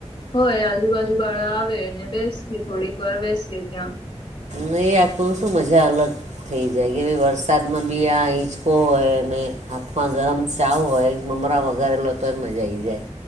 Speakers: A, on the left (about 45°); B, on the right (about 85°).
A: હોય આજુબાજુ વાળા આવેને બેસીએ થોડીક વાર બેસીએ ત્યાં
B: ની આ <unintelligible> શું મજા અલગ થઈ જાય કે ભ વરસાદમાં બી આ હીચકો હોય અને હાથમાં ગરમ ચાવ હોય બમરા વઘારે લો તો એ મજા આવી જાય